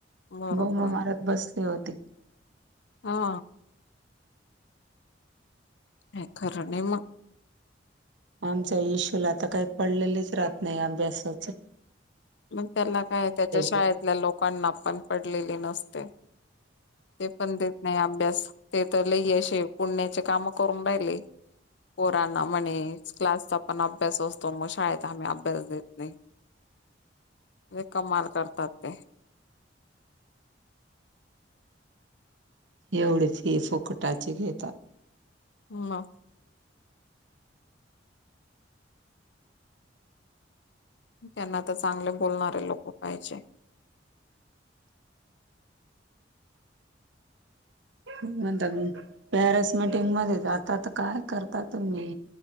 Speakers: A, on the left (about 65°); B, on the right (about 75°).
A: बरोबर
B: बोमा मारत बसली होती.
A: हा का खर नाही मग
B: आमच्या ईशुला तर आता काही पडलेलेच राहत नाही अभ्यासाचे
A: मग त्याला काय त्याच्या शाळेतल्या
B: देते.
A: लोकांना पण पडलेली नसते. ते पण देत नाही अभ्यास ते तर लई असे पुण्याचे काम करून राहिले. पोरांना म्हणे क्लासचा पण अभ्यास असतो मग शाळेत आम्ही अभ्यास देत नाही. म्हे कमाल करतात ते.
B: एवढी फी फुकटाची घेेतात,
A: <inaudible> त्यांना तर चांगले बोलणारे लोक पाहिजे,
B: मण पॅरेसमेटिंग मध्ये जातात काय करता म्हणे